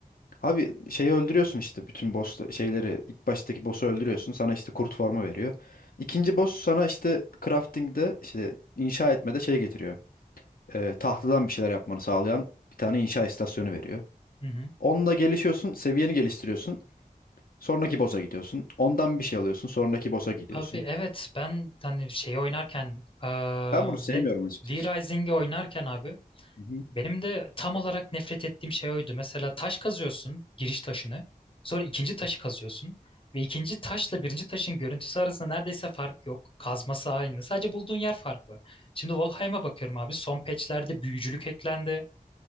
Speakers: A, on the left; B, on the left.
A: Abi şeyi öldürüyorsun işte bütün boss şeyleri ilk baştaki boss'u öldürüyorsun. Sana işte kurt formu veriyor. İkinci boss sana işte crafting'de işte inşa etmede şey getiriyor. E, tahtadan bir şeyler yapmanı sağlayan bir tane inşa istasyonu veriyor.
B: Hı hı.
A: Onunla gelişiyorsun, seviyeni geliştiriyorsun. Sonraki boss'a gidiyorsun. Ondan bir şey alıyorsun, sonraki boss'a gidiyorsun.
B: Abi evet ben hani şeyi oynarken eee,
A: Ben bunu sevmiyorum
B: ne
A: açıkçası.
B: V-Rising'i oynarken abi
A: Hı hı.
B: Benim de tam olarak nefret ettiğim şey oydu. Mesela taş kazıyorsun, giriş taşını. Sonra ikinci taşı kazıyorsun. Ve ikinci taşla birinci taşın görüntüsü arasında neredeyse fark yok. Kazması aynı. Sadece bulduğun yer farklı. Şimdi Valheim'a bakıyorum abi. Son patchlerde büyücülük eklendi.